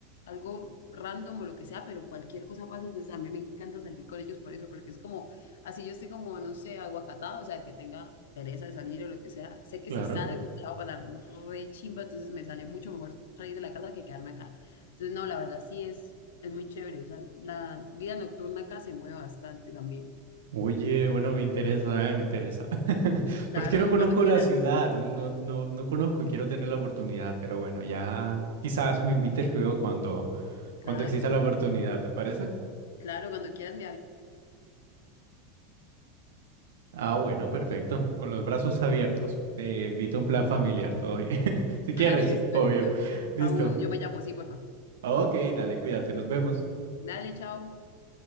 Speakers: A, on the left; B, on the right.
A: algo random o lo que sea, pero cualquier cosa pasa, entonces a mí me encanta salir con ellos por eso, porque es como, así yo estoy como, no sé, aguacatada, o sea, que tenga pereza de salir o lo que sea, sé que
B: claro.
A: si salgo la va a pasar re chimba, entonces me sale mucho mejor salir de la casa que quedarme acá. Entonces, no, la verdad sí es, es muy chévere, o sea, la vida nocturna acá se mueve bastante también.
B: Oye, bueno, me interesa, ¿eh? Me interesa.
A: Claro,
B: Pero es que no conozco
A: cuando quieras,
B: la ciudad, no, no, no, no conozco y quiero tener la oportunidad, pero bueno, ya quizás me invites luego cuando,
A: claro,
B: cuando exista la oportunidad, ¿te parece?
A: claro, cuando quieras
B: Ah, bueno, perfecto, ¿no? Con los brazos abiertos. Te invito a un plan familiar, todo bien. <laughs> Si quieres,
A: <laughs> Listo,
B: obvio.
A: listo.
B: Listo.
A: Aún yo me llamo, sí, por favor.
B: Ok, dale, cuídate, nos vemos.
A: Dale, chao.